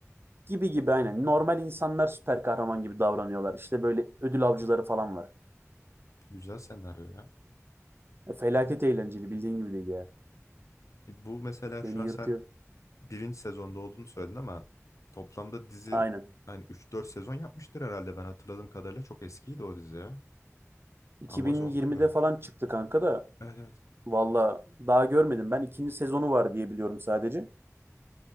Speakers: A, on the right; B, on the left.
A: gibi gibi aynen. Normal insanlar süper kahraman gibi davranıyorlar. İşte böyle ödül avcıları falan var.
B: Güzel senaryo ya.
A: E, felaket eğlenceli bildiğin gibi değil ya.
B: E, Bu mesela şu
A: Beni
B: an
A: yırtıyor.
B: sen birinci sezonda olduğunu söyledin ama toplamda dizi
A: Aynen.
B: hani üç dört sezon yapmıştır herhalde ben hatırladığım kadarıyla çok eskiydi o dizi ya.
A: 2020'de
B: Amazon'da görmüştüm.
A: falan çıktı kanka da
B: Evet evet.
A: Valla daha görmedim ben. İkinci sezonu var diye biliyorum sadece.